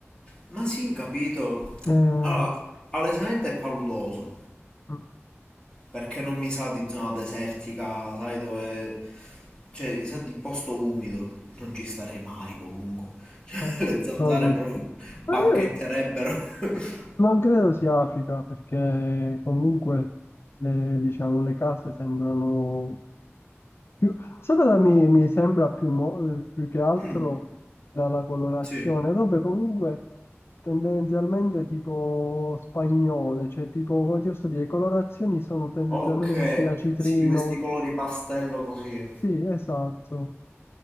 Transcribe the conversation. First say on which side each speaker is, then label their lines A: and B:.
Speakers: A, on the left (about 25°); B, on the left (about 55°).
A: Ma sì, capito.
B: Eh,
A: Allora, palesemente è paludoso,
B: eh,
A: perché non mi sa di zona desertica, sai dove... Cioè, mi sa di posto umido, non ci starei mai comunque. <laughs> Cioè,
B: non
A: le zanzare
B: so questi.
A: proprio banchetterebbero.
B: Eh,
A: <laughs>
B: non credo sia Africa perché comunque le, diciamo, le case sembrano Più- sai cosa mi, mi sembra più, mo- eh, più che altro
A: Mm,
B: dalla colorazione?
A: sì.
B: Robe comunque tendenzialmente tipo spagnole, cioè tipo, come ti posso dire, le colorazioni sono tendenzialmente
A: Ok,
B: questi a citrino.
A: sì, questi colori pastello così.
B: Sì, esatto.